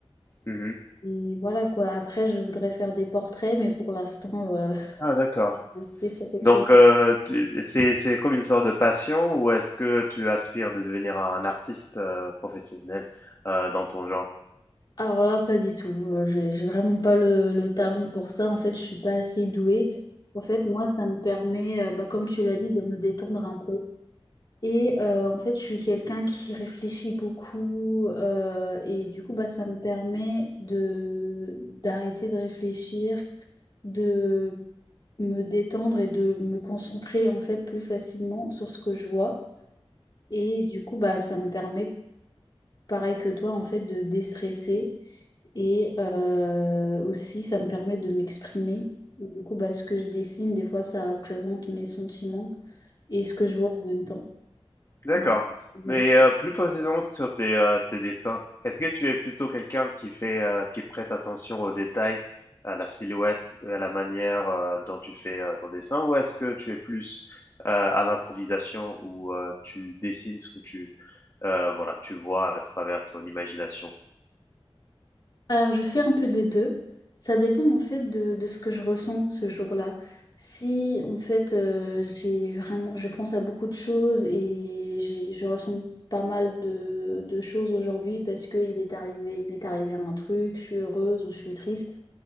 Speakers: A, on the left; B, on the left.
A: Mhm.
B: et voilà quoi. Après je voudrais faire des portraits mais pour l'instant euh,
A: Ah, d'accord.
B: <laughs> rester sur quelque
A: Donc,
B: chose.
A: euh, tu- c'est, c'est comme une sorte de passion ou est-ce que tu aspires de devenir un artiste euh, professionnel euh, dans ton genre?
B: Alors là pas du tout. Euh, J'ai j'ai vraiment pas le, le talent pour ça. En fait je suis pas assez douée. En fait moi ça me permet euh, bah, comme tu l'as dit de me détendre un peu Et euh, en fait, je suis quelqu'un qui réfléchit beaucoup euh, et du coup, bah, ça me permet de d'arrêter de réfléchir, de me détendre et de me concentrer en fait plus facilement sur ce que je vois. Et du coup, bah, ça me permet, pareil que toi, en fait, de déstresser et euh, aussi, ça me permet de m'exprimer. Et Du coup, bah, ce que je dessine, des fois, ça représente mes sentiments et ce que je vois en même temps.
A: D'accord.
B: Mm. Voilà.
A: Mais, heu, plus précisément sur tes, heu, tes dessins, est-ce que tu es plutôt quelqu'un qui fait, heu, qui prête attention aux détails, à la silhouette et à la manière, heu, dont tu fais, heu, ton dessin? Ou est-ce que tu es plus, heu, à l'improvisation où, heu, tu dessines ce que tu, heu, voilà, tu vois à travers ton imagination?
B: Alors, je fais un peu des deux. Ça dépend en fait de, de ce que je ressens ce jour-là. Si en fait euh, j'ai vraiment, je pense à beaucoup de choses et j'ai- je ressens pas mal de, de choses aujourd'hui parce qu'il est arrivé, il m'est arrivé un truc, je suis heureuse ou je suis triste.